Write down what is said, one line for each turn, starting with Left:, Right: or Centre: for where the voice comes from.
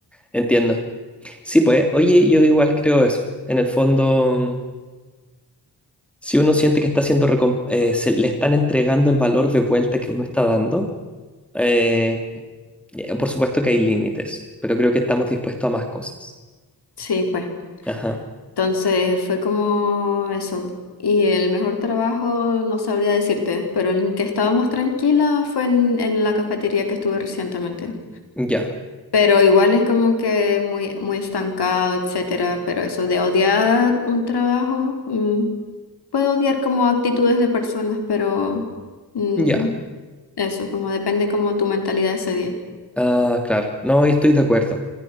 Centre: Entiendo. Sí, pues, oye, yo igual creo eso. En el fondo, mm, si uno siente que está haciendo, recom- eh, se le están entregando el valor de vuelta que uno está dando, eh, eh, por supuesto que hay límites, pero creo que estamos dispuestos a más cosas.
Left: Sí, pues.
Centre: Ajá.
Left: Entonces fue como eso. Y el mejor trabajo no sabría decirte, pero el que estaba más tranquila fue en, en la cafetería que estuve recientemente.
Centre: Ya,
Left: Pero igual es como que muy, muy estancado, etcétera. Pero eso de odiar un trabajo, mm, puedo odiar como actitudes de personas, pero mm,
Centre: ya.
Left: eso, como depende como tu mentalidad ese día.
Centre: Ah, claro. No, estoy de acuerdo.